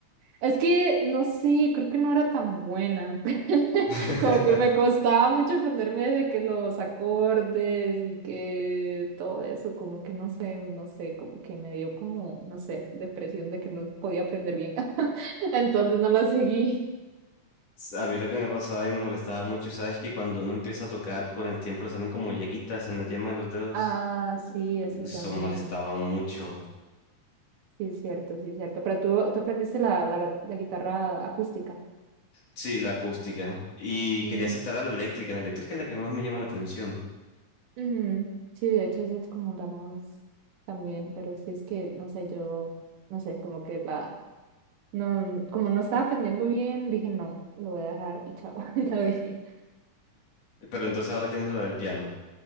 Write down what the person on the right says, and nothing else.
Es que, no sé, creo que no era tan buena. <laughs>
Como que me costaba mucho aprenderme de que los acordes y que todo eso, como que no sé, no sé, como que me dio como, no sé, depresión de que no podía aprender bien. <laughs> Entonces no la seguí.
Ah, sí, eso
también.
Sí, es cierto, sí, es cierto. Pero tú, tú aprendiste la, la, la guitarra acústica.
Mm.
Ujú, Sí, de hecho eso es como la más también, pero sí es que, no sé, yo, no sé, como que la, no, como no estaba aprendiendo bien, dije no, lo voy a dejar y chao, <laughs> y la dejé.